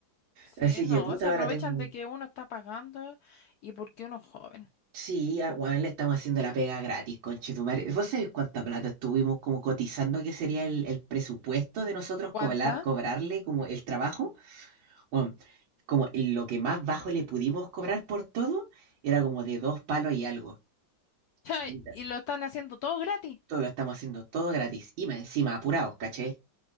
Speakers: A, on the left (about 75°); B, on the right (about 85°).
A: Sí,
B: Así
A: no,
B: que, puta,
A: se aprovechan
B: ahora tengo... un-
A: de que uno está pagando y porque uno es joven.
B: Sí, a- weón, le estamos haciendo la pega gratis, conchetumare. ¿Vos sabés cuánta plata estuvimos como cotizando que sería el, el presupuesto de nosotros cobrar,
A: ¿Cuánta?
B: cobrarle como el trabajo? Weón, como el- lo que más bajo le pudimos cobrar por todo era como de dos palos y algo.
A: <laughs>
B: Y ta-
A: Y lo están haciendo todo gratis.
B: todo lo estamos haciendo todo gratis. Y más encima apurados, ¿caché?